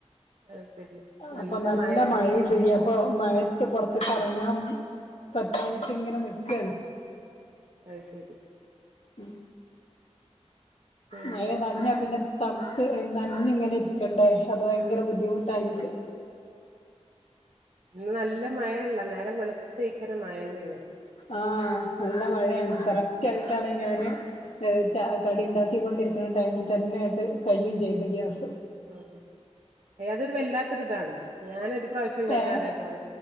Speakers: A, on the right; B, on the left.
A: അത് ശരി
B: അപ്പൊ നല്ല
A: മഴയാണ്
B: മഴയും അപ്പൊ മഴയത്ത് പുറത്തേക്ക് ഇറങ്ങാൻ പറ്റാഞ്ഞിട്ട് ഇങ്ങനെ നിക്കയാണ്
A: അത് ശരി
B: ഉം
A: പിന്നെ
B: മഴ നനഞ്ഞാ പിന്നെ തണുത്ത് നനഞ്ഞു ഇങ്ങനെ ഇരിക്കണ്ടേ അത് ഭയങ്കര ബുദ്ധിമുട്ടാണ് എനിക്ക്
A: ഉം ഇന്ന് നല്ല മഴയാണ് നേരം വെളുത്തേക്കുന്ന മഴന്നെയാണ്
B: ആഹ് നല്ല മഴയാണ് കറക്റ്റ് ആയിട്ടാണ് ഞാന് <unintelligible> കടി ഉണ്ടാക്കിക്കൊണ്ടിരിക്കുന്ന ടൈമിൽ തന്നൊയായിട്ട് കഴിയുകയും ചെയ്തു ഗ്യാസ്
A: ഉം അതൊരു വല്ലാത്ത ഇതാണ് ഞാനൊരു പ്രാവശ്യം ഉണ്ടായിട്ടുണ്ട്
B: ഏഹ്